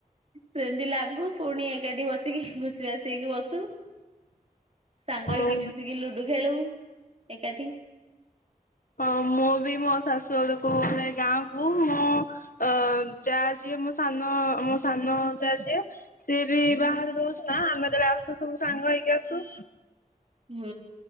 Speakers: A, on the right; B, on the left.
A: ସେମତି ଲାଗୁ ପୁଣି ଏକାଠି ବସିକି ଖୁସି ବାସି ହେଇକି ବସ ସୁ। ସାଙ୍ଗ
B: ହଁ
A: ହେଇକି ମିଶିକି ଲୁଡୁ ଖେଳୁ ଏକାଠି।
B: ହଁ ମୁଁ ବି ମୋ ଶାଶୁ ଘରକୁ ମାନେ ଗାଁକୁ ମୁଁ ଅ ଜା ଯିଏ ମୋ ସାନ ମୋ ସାନ ଜା ଯିଏ ସିଏ ବି ବାହାରେ ରହୁଚି ନା। ଆମେ ଯେତେବେଳେ ଆସୁ ସବୁ ସାଙ୍ଗ ହେଇକି ଆସୁ।
A: ହୁଁ।